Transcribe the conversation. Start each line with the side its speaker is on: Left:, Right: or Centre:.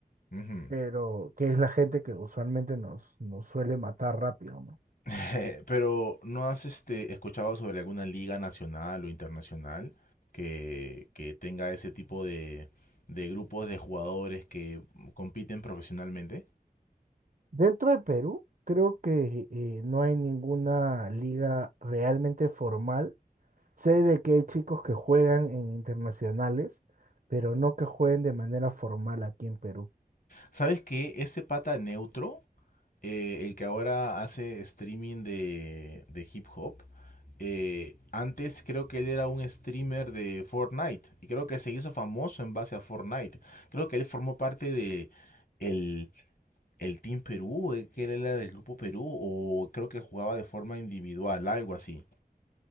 Left: ujú.
Right: pero que es la gente que usualmente nos, nos suele matar rápido, ¿no?
Left: <laughs> Pero, ¿no has este, escuchado sobre alguna liga nacional o internacional que, que tenga ese tipo de, de grupos de jugadores que compiten profesionalmente?
Right: Dentro de Perú, creo que eh, no hay ninguna liga realmente formal Sé de que hay chicos que juegan en internacionales, pero no que jueguen de manera formal aquí en Perú.
Left: ¿Sabes que ese pata neutro, eh, el que ahora hace streaming de, de hip hop, eh, antes creo que él era un streamer de Fortnite y creo que se hizo famoso en base a Fortnite. Creo que él formó parte de el el Team Perú, eh, que él era del Grupo Perú, o creo que jugaba de forma individual, algo así.